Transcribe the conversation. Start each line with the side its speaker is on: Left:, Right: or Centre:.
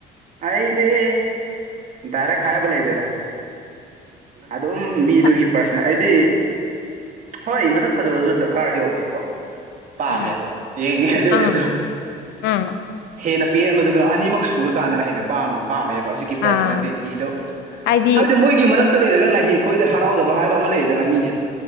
Right: ꯑꯩꯗꯤ ꯗꯥꯏꯔꯦꯛ ꯍꯥꯏꯕ ꯂꯩꯇꯦꯗ ꯑꯗꯨꯝ ꯃꯤꯗꯨꯒꯤ
Left: ꯊ-
Right: ꯄꯔꯁꯅꯦꯜ ꯑꯩꯗꯤ ꯍꯣꯏ ꯃꯁꯛ ꯐꯖꯕꯁꯨ ꯗꯔꯀꯥꯔꯗꯤ ꯑꯣꯏꯌꯦꯀꯣ ꯄꯥꯝꯃꯦꯕꯣ
Left: ꯎꯝ
Right: ꯌꯦꯡꯉꯦ ꯑꯗꯨ
Left: ꯑꯥ
Right: ꯑꯣꯏꯔꯁꯨ
Left: ꯎꯝ
Right: ꯍꯦꯟꯅ ꯄꯦꯟꯕꯥꯗꯨꯅ ꯑꯅꯤꯃꯛ ꯀꯥꯟꯗꯅ ꯍꯦꯟꯅ ꯄꯥꯝ ꯄꯥꯝꯃꯦꯕ ꯍꯧꯖꯤꯛꯀꯤ ꯄꯥꯔꯁꯅꯦꯂꯤꯇꯤꯗꯨ
Left: ꯑꯥ ꯍꯥꯏꯗꯤ
Right: ꯍꯥꯏꯕꯗꯤ ꯃꯣꯏꯒꯤ ꯃꯔꯛꯇ ꯑꯗꯨꯝ ꯂꯩꯔꯒ ꯅꯍꯦꯛ ꯑꯈꯣꯏꯗ ꯍꯔꯥꯎꯖꯕ ꯍꯥꯏꯕ ꯑꯃ ꯂꯩꯗꯅ ꯃꯤꯁꯦ